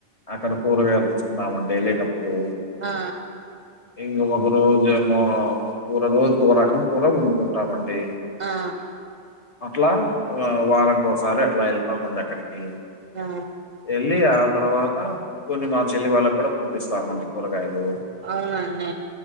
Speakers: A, on the left (about 35°); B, on the right (about 50°).
A: అక్కడ కూరగాయలు తీసుకున్నామండి వెళ్లేటప్పు ఇప్పుడు
B: ఆ
A: ఇంకొకరోజు పర రోజు ఒక కూడా వండుకుంటామండి
B: ఆ
A: అట్లా వారంకోసారి అట్లా వెళ్తామండి అక్కడికి
B: ఆ
A: వెళ్ళి ఆ తర్వాత కొన్ని మా చెల్లి వాళ్ళకి కూడా పంపిస్తామండి కూరగాయలు
B: ఆవునా అన్న